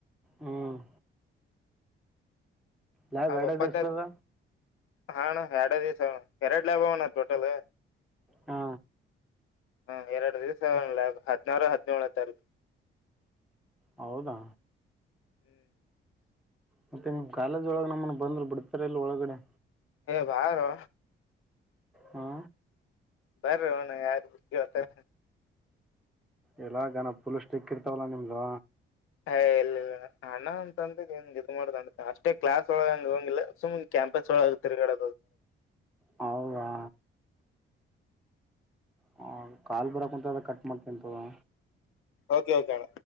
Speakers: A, in the centre; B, on the left.
A: ಹ್ಮ್ ಲ
B: ಆ
A: ಬ್ಯಾಡದುಸತದ
B: ಒಂಬತ್ತನೇ ಹಾ ನ ಎರಡ ದಿವಸ ಎರಡು ಲೇಬ ಅವಣ ಟೋಟಲ್
A: ಹಾ
B: ಹಾ ಎರಡು ದಿವಸ ಹದ್ಿನಾರು ಹದಿನೇಳೇಳ ತಾರೀಕು
A: ಹೌದಾ
B: ಹ್ಮ್
A: ಮತ್ತೆ ನೀ್ ಕಾಲೇಜ್ ಒಳಗ ನಮ್ಮನ್ ಬಂದ್ರರು ಬಿಡ್ತಾರ ಇಲ್ ಒಳಗಡೆ
B: ಬಾರ
A: ಹಾ
B: ಬರ್ರ ಹಣ ಯಾರುೇಳ್ತಾರೆ
A: ಎಲ್ಲ ಗನ ಪುಲ್ ಸ್ಟಿಕ್ ಇರ್ತಾವಲ್ಲಾ ನಿಮಗ
B: ಹ ಇಲ್ಲ ಅಣ ಅಂತಂದಂಗ ಇ ಮಾಡ್ದ ಅಂತ ಅಷ್ಟೇ ಕ್ಲಾಸ್ ಒಳಗಂಗ ಹಂಗಿಲ್ಲ ಸುಮ್ ಕ್ಯಾಂ ಇೋಳ ತಿರುಗಡ
A: ಹವಾ ಹ ಕಾಲು ಬರಕ್ ಕುಂತ ಅ ಕಟ್ ಮಾಡ್ತೀಂತದ
B: ಓಕೆ ಓಕೆಣ